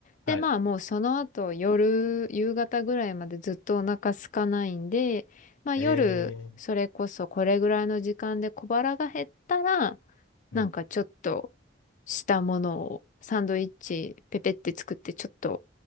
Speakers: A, on the left; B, on the left.
A: はい。
B: でまあもうその後夜、夕方ぐらいまでずっとお腹空かないんで、まあ夜、
A: ええ。
B: それこそこれぐらいの時間で小腹が減ったら、
A: うん。
B: なんかちょっとしたものをサンドイッチペペって作ってちょっと